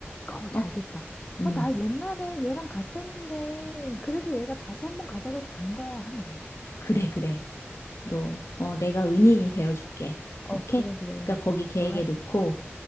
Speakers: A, on the left; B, on the left.
A: 아우 잘
B: 어?
A: 됐다.
B: 음,
A: 아, 나 옛날에 얘랑 갔었는데 그래서 얘가 다시 한번 가자 그래서 간 거야 하면 되겠다.
B: 그래, 그래. 너, 어, 내가 은인이 되어줄게.
A: 어,
B: 오케이?
A: 그래, 그래.
B: 그러니까 거기 계획에
A: 너,
B: 넣고,